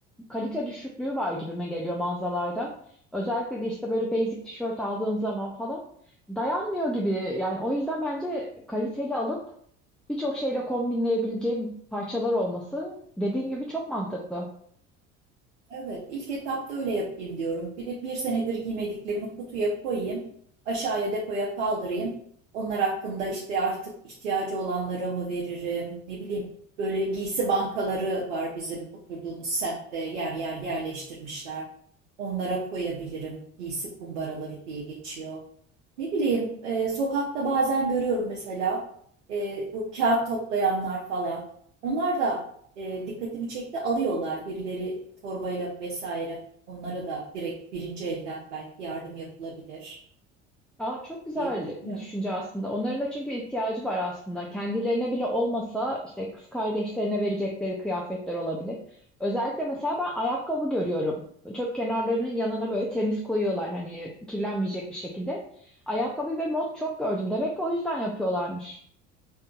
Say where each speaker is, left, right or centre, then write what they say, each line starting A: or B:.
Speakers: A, in the centre; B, on the right (about 85°).
A: kalite düşüklüğü var gibime geliyor mağazalarda. Özellikle de işte böyle basic tişört aldığın zaman falan dayanmıyor gibi. Yani o yüzden bence kaliteli alıp birçok şeyle kombinleyebileceğim parçalar olması dediğin gibi çok mantıklı.
B: Evet, ilk etapta öyle yapayım diyorum. Bir de bir senedir giymediklerimi kutuya koyayım, aşağıya depoya kaldırayım. Onlar hakkında işte artık ihtiyacı olanlara mı veririm, ne bileyim. Böyle giysi bankaları var bizim oturduğumuz semtte yer yer yerleştirmişler. Onlara koyabilirim. Giysi kumbaraları diye geçiyor. Ne bileyim e, sokakta bazen görüyorum mesela e, bu kağıt toplayanlar falan. Onlar da e, dikkatimi çekti alıyorlar birileri torbayla vesaire. Onlara da direkt birinci elden belki yardım yapılabilir
A: Aa, çok güzel
B: diye düşünüyorum.
A: bir düşünce aslında. Onların da çünkü ihtiyacı var aslında. Kendilerine bile olmasa işte kız kardeşlerine verecekleri kıyafetler olabilir. Özellikle mesela ben ayakkabı görüyorum. Çöp kenarlarının yanına böyle temiz koyuyorlar hani kirlenmeyecek bir şekilde. Ayakkabı ve mont çok gördüm. Demek ki o yüzden yapıyorlarmış.